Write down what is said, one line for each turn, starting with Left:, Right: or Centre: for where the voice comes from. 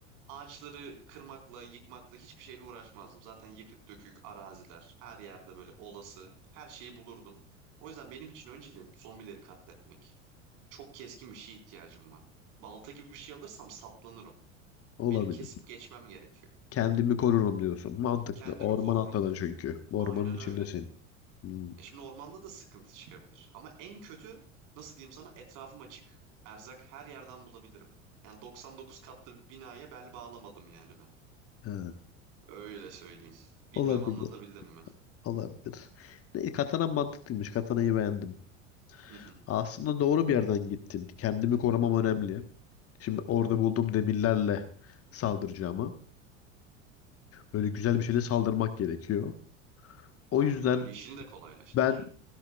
Right: ağaçları kırmakla, yıkmakla hiçbir şeyle uğraşmazdım. Zaten yıkık dökük araziler, her yerde böyle olası her şeyi bulurdum. O yüzden benim için önceliğim zombileri katletmek. Çok keskin bir şeye ihtiyacım var. Balta gibi bir şey alırsam saplanır o.
Left: Olabilir.
Right: Benim kesip geçmem gerekiyor.
Left: Kendimi korurum diyorsun. Mantıklı.
Right: Kendimi
Left: Orman
Right: korurum.
Left: atladın çünkü. Ormanın
Right: Aynen
Left: içindesin.
Right: öyle.
Left: Hmm,
Right: E şimdi ormanda da sıkıntı çıkabilir. Ama en kötü nasıl diyeyim sana etrafım açık. Erzak her yerden bulabilirim. Yani 99 katlı bir binaya bel bağlamadım yani ben.
Left: ha,
Right: Öyle söyleyeyim. Bilmem
Left: Olabilir.
Right: anlatabildim mi?
Left: Olabilir. Ne, katana mantıklıymış. Katanayı beğendim.
Right: Hı hı.
Left: Aslında doğru bir yerden gittin. Kendimi korumam önemli. Şimdi orada bulduğum demirlerle saldıracağıma böyle güzel bir şeyle saldırmak gerekiyor. O
Right: Aynen
Left: yüzden
Right: öyle. İşini de kolaylaştırır.
Left: ben